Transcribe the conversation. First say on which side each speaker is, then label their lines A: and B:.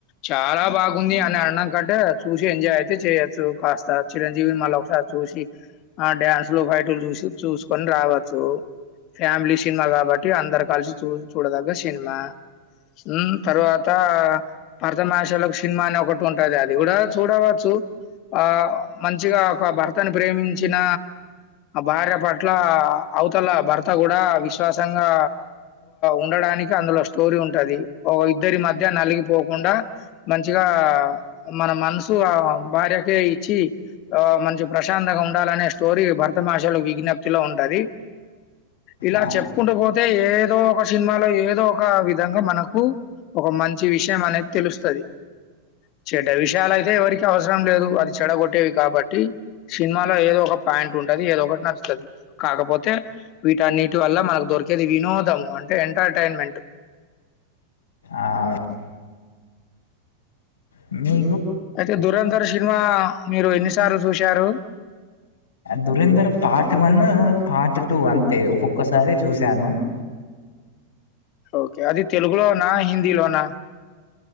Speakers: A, on the left (about 40°); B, on the left (about 75°).
A: చాలా బాగుంది అని అన్నాం కంటే చూసి ఎంజాయ్ అయితే చేయొచ్చు కాస్త చిరంజీవిని మళ్ళీ ఒకసారి చూసి ఆ డ్యాన్స్ లో బయటలు చూసి చూసుకొని రావచ్చు ఫ్యామిలీ సినిమా కాబట్టి అందరు కలిసి చూ చూడదగ్గ సినిమా ఉ తర్వాత పరతమాషలోకి సినిమా అని ఒకటి ఉంటది అది చూడ చూడవచ్చు ఆ మంచిగా ఒక భర్తని ప్రేమ చ్చిన భార్య పట్ల అవతల భర్త కూడా విశ్వాసంగా ఉండడానికి అందులో స్టోరీ ఉంటది ఒక ఇద్దరి మధ్య నలిగిపోకుండా మంచిగా మన మనసు ఆ భార్యకే ఇచ్చి ఆ మనషు ప్రశాంతంగా ఉంటు అనే స్టోరీ భరతమాషలో విజ్ఞప్తిలో ఉంటది ఇలా
B: ఆ!
A: చెప్పుకుంటూ పోతే పోతే ఏదో ఒక సినిమాలో ఏదో ఒక విధంగా మనకు ఒక మంచి విషయం అనేది తెలుస్తుంది చెడ్ విషయాలు అయితే ఎవరికి అవసరం లేదు అది చెడగొట్టేవి కాబట్టి చిన్న లో ఏదో ఒక పాయింట్ ఉంటది ఏదో ఒకటి నచ్చుంది కాకపోతే వీట అన్నిటి వల్ల మనకు దొరికేది వినోదము అంటే ఎంటర్టైన్మెంట్
B: ఆవు ని
A: అయితే దురంధర్ సినిమా మీరు ఎన్నిసార్లు చూశారు
B: Dhurandhar part one part two అంతే ఒక్కొక్కసారి చూశాను <inaudible>
A: ఓకే అది తెలుగులోనా హిందీలోనా